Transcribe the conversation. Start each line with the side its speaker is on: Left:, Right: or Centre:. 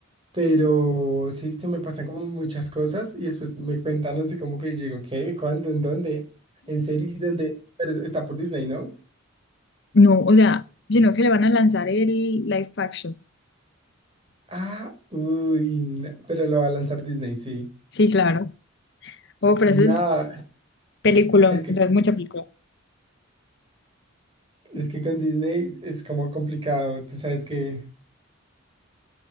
Right: pero sí se me pasan como muchas cosas y después me cuentan así como que digo, ¿qué? ¿Cuánto? ¿En dónde? ¿En serio? ¿Y ¿Dónde? Pero está por Disney, ¿no?
Left: No, o sea, sino que le van a lanzar el live action.
Right: Ah, uy, no, pero lo va a lanzar Disney, sí.
Left: Sí, claro. Oh, pero
Right: No.
Left: eso es película,
Right: Es que,
Left: o sea, es mucha película.
Right: es que con Disney es como complicado. Tú sabes que